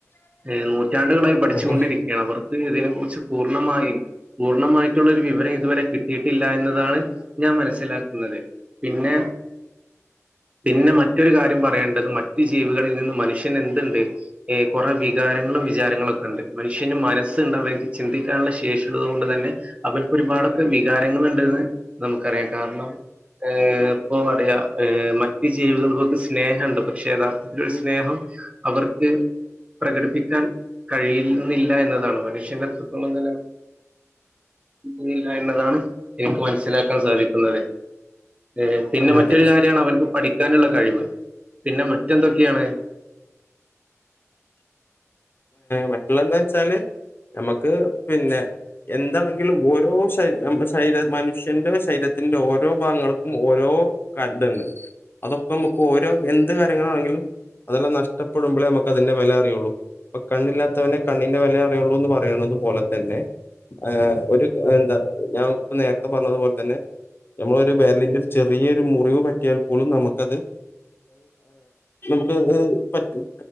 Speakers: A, on the right; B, on the left.
A: ഏ നൂറ്റാണ്ടുകളായി- പഠിച്ചുകൊണ്ടിരിക്കുകയാണ്,
B: ഉം ഉം
A: അവർക്ക് ഇതിനെ കുുറിച്ച്- പൂർണ്ണമായും, പൂർണ്ണമായിട്ടുള്ള ഒരു വിവരം- ഇതുവരെ കിട്ടിയിട്ടില്ല- എന്നതാണ് ഞാൻ മനസ്സിലാക്കുന്നത്. പിന്നെ, പിന്നെ മറ്റൊരു കാര്യം പറയേണ്ടത്, മറ്റ് ജീവികളിൽ നിന്ന് മനുഷ്യൻ എന്തുണ്ട്? ഏ കുറെ വികാരങ്ങളും, വിചാരങ്ങളും, ഒക്കെ ഉണ്ട് മനുഷ്യന് മനസ്സ്ണ്ട് അവനിക്ക്- ചിന്തിക്കാനുള്ള ശേഷി - ള്ളത് കൊണ്ട് തന്നെ അവർക്ക്- ഒരുപാടൊക്കെ വികാരങ്ങൾ- ഉണ്ട്ന്ന് നമുക്ക്റിയാം. കാരണം- ഏ ഇപ്പോന്താ പറയാ മറ്റൂ- ജീവികൾക്കൊക്കെ സ്നേഹമുണ്ട്. പക്ഷേ യഥാർത്ഥ- സ്നേഹം അവർക്ക്- പ്രകടിപ്പിക്കാൻ കഴിയുന്നില്ല- എന്നതാണ് മനുഷ്യന്റെ- അത്രത്തോളം നില. ന്നില്ല എന്നതാണ് എനിക്ക്- മനസ്സിലാക്കാൻ സാധിക്കുന്നത്. ഏ പിന്നെ
B: അതെ
A: മറ്റൊരു
B: അതെ
A: കാര്യമാണ്- അവർക്ക് പഠിക്കാനുള്ള കഴിവ്- പിന്നെ മറ്റെന്തൊക്കെയാണ്?
B: മറ്റുള്ളന്താ വെച്ചാല് നമുക്ക് പിന്നെ- എന്താണെങ്കിലും ഓരോ ശരീര- മനുഷ്യന്റെ ശരീരത്തിന്റെ ഓരോ- ഭാഗങ്ങൾക്കും ഓരോ- അടുത്തുണ്ട്. അതൊക്കെ നമുക്ക് ഓരോ എന്ത് കാര്യങ്ങളാണെങ്കിലും, അതെല്ലാം നഷ്ടപ്പെടുമ്പോഴേ നമുക്ക്- അതിന്റെ വില അറിയുള്ളൂ. ഇപ്പോ കണ്ണില്ലാത്തവനെ കണ്ണിന്റെ, വിലയറിയുള്ളൂന്ന് പറയണ അതുപോലെ തന്നെ. ആ ഒരു എന്താ ഞാൻ ഇപ്പ- നേരത്തെ പറഞ്ഞതുപോലെ തന്നെ. നമ്മള ഒരു വെരലിന്റെ ഒരു- ചെറിയൊരു മുറിവ് പറ്റിയാൽ പോലും നമുക്കത്. നമുക്ക് ആ, പറ്റും